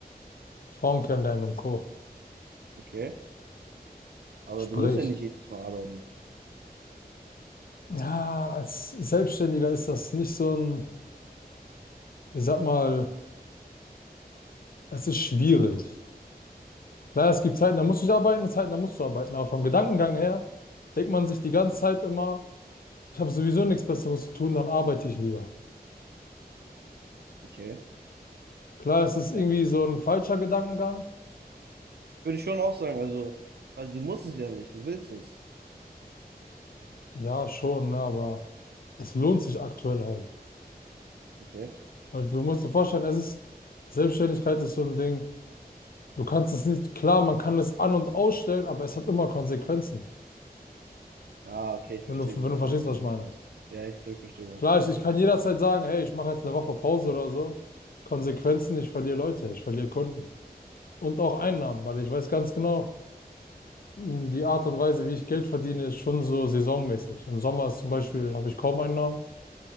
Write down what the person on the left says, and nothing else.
Frauen kennenlernen und Co.
Sprich.
Ja, als Selbstständiger ist das nicht so ein, ich sag mal, es ist schwierig. Klar, es gibt Zeiten,
da musst du nicht arbeiten, Zeiten, da musst du arbeiten, aber vom Gedankengang her denkt man sich die ganze Zeit immer, ich habe sowieso nichts Besseres zu tun, dann arbeite ich lieber.
Klar, es ist irgendwie
so ein falscher Gedankengang.
Ja, schon, ne, aber es lohnt sich aktuell halt.
Halt, du musst dir vorstellen, es ist, Selbstständigkeit ist so ein Ding. Du kannst es nicht, klar, man kann es an- und ausstellen, aber es hat immer Konsequenzen.
Wenn du,
wenn du
verstehst,
was
ich meine.
Klar,
ich,
ich kann
jederzeit sagen, hey, ich mache jetzt eine Woche Pause oder so. Konsequenzen, ich verliere Leute, ich verliere Kunden. Und auch Einnahmen, weil ich weiß ganz genau, Hm, Die Art und Weise, wie ich Geld verdiene, ist schon so saisonmäßig. Im Sommer ist zum Beispiel habe ich kaum Einnahmen,